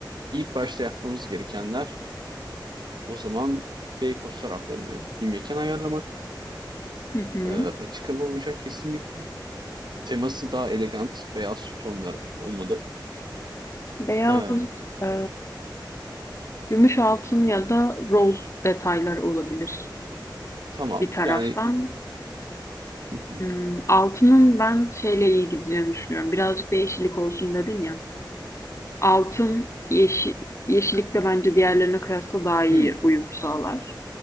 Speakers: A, on the right; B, on the left.
A: ilk başta yapmamız gerekenler o zaman Beykoz taraflarında bir mekan ayarlamak.
B: Hı hı.
A: Ee, açık hava olacak kesinlikle. Teması daha elegant veya tonlar olmalı.
B: Beyaz,
A: Ee,
B: e, gümüş altın ya da roz detayları olabilir
A: tamam
B: bir taraftan.
A: yani <laughs>
B: Hmm, altının ben şeyle iyi gideceğini düşünüyorum. Birazcık da yeşillik olsun dedin ya. Altın yeşil, yeşillik de bence diğerlerine kıyasla daha iyi
A: Hmm,
B: uyum sağlar.